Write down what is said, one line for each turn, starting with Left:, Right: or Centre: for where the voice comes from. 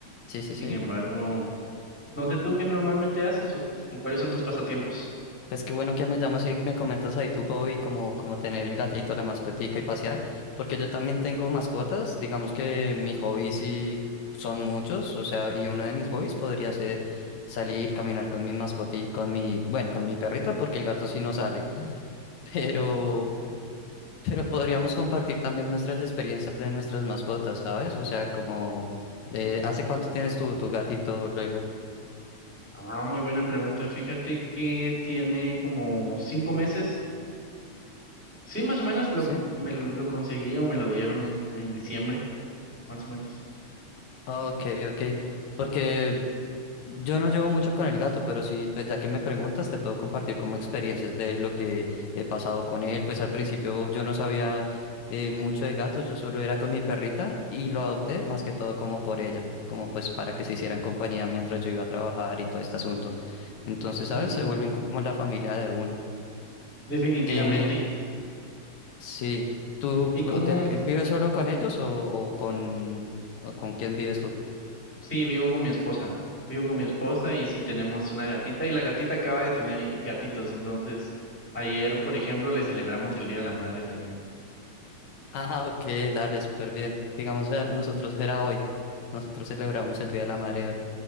Left: sí, sí,
Centre: sin
Left: sí.
Centre: embargo, no sé tú qué normalmente haces o o cuáles son tus pasatiempos.
Left: Pues qué bueno que me llamas y me comentas ahí tu hobby, como, como tener el gatito, la mascotica y pasear, porque yo también tengo mascotas, digamos que mis hobbies sí son muchos, o sea, y uno de mis hobbies podría ser salir, caminar con mi mascoti, con mi, bueno, con mi perrita, porque el gato sí no sale, <laughs> pero... Pero podríamos compartir también nuestras experiencias de nuestras mascotas, ¿sabes? O sea, como, eh, ¿hace cuánto tienes tu, tu gatito luego?
Centre: Ah, muy buena pregunta. Fíjate que tiene como cinco meses. Sí, más o menos lo,
Left: ¿Sí?
Centre: me lo, lo conseguí o me lo dieron en diciembre, más o menos.
Left: Ok, ok. Porque yo no llevo mucho con el gato, pero sí, pues ya que me preguntas, te puedo compartir como experiencias de lo que he pasado con él. Pues al principio yo no sabía eh, mucho de gatos, yo solo era con mi perrita y lo adopté más que todo como por ella, como pues para que se hicieran compañía mientras yo iba a trabajar y todo este asunto. Entonces,
Centre: Mm,
Left: ¿sabes? Se vuelven como la familia de uno.
Centre: definitivamente.
Left: Eh, sí. ¿Tú,
Centre: Y
Left: tú
Centre: cómo
Left: te- eh, vives solo con ellos o, o con, o con quién vives tú?
Centre: sí, vivo con mi esposa. Vivo con mi esposa y sí tenemos una gatita y la gatita acaba de tener i- gatitos. Entonces, ayer, por ejemplo, le celebramos el Día de la Madre también.
Left: Ah, ok, dale, súper bien. Digamos, eh, nosotros era hoy. Nosotros celebramos el Día de la Madre hoy.